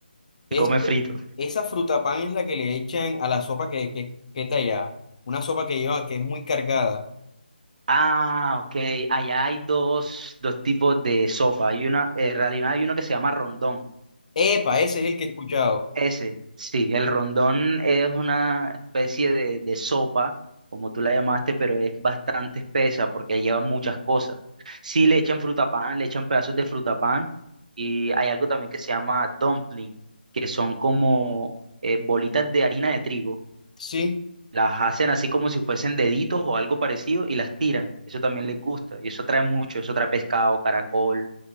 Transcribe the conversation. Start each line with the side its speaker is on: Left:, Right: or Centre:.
Left: Es,
Right: Se come frito.
Left: esa fruta pan es la que le echan a la sopa que, que, que es de allá, una sopa que lleva, que es muy cargada.
Right: Ah, ok. Allá hay dos, dos tipos de sopa. Hay una, eh, en realidad hay uno que se llama rondón.
Left: Epa, ese es el que he escuchado.
Right: Ese, sí, el rondón es una especie de, de sopa, como tú la llamaste, pero es bastante espesa porque lleva muchas cosas. Sí, le echan frutapán, le echan pedazos de frutapán y hay algo también que se llama dumpling, que son como eh, bolitas de harina de trigo
Left: Sí.
Right: las hacen así como si fuesen deditos o algo parecido y las tiran. Eso también les gusta. Y eso trae mucho. Eso trae pescado, caracol,